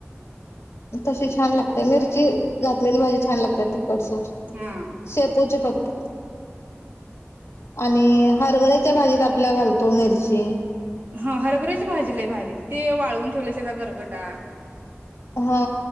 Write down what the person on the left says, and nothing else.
तशी छान लागतय मिर ची, घातलेली भाजी छान लागत्या तिखटसर
शेपूची फक्त आणि हरभऱ्या त्या भाजीत आपल्या घालतो मिरची.
हा